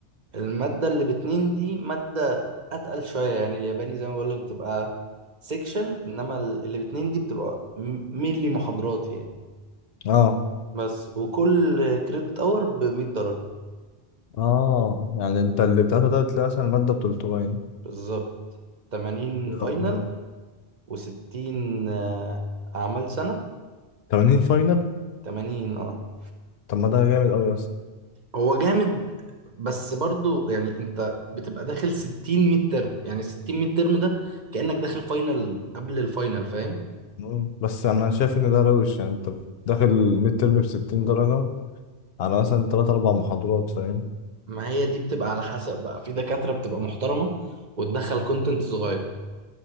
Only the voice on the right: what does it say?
المادة اللي باتنين دي مادة أتقل شوية يعني الياباني زي ما بقولك بتبقى سيكشن إنما ال- اللي باتنين دي بتبقى مينلي محاضرات يعني
بس وكل كريدت أور بمية درجة
بالظبط تمانين
فاينل وستين آه، أعمال سنة
وتمانين اه
هو جامد بس برضو يعني انت بتبقى داخل ستين ميد ترم يعني ستين ميد ترم ده كأنك داخل فاينل قبل الفاينل فاهم
ما هي دي بتبقى على حسب بقى في دكاترة بتبقى محترمة وتدخل كونتنت صغير